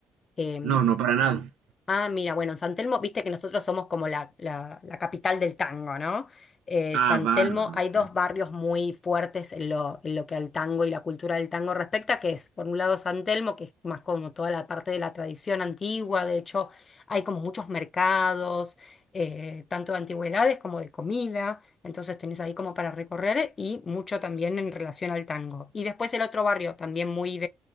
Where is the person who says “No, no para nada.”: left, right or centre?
Right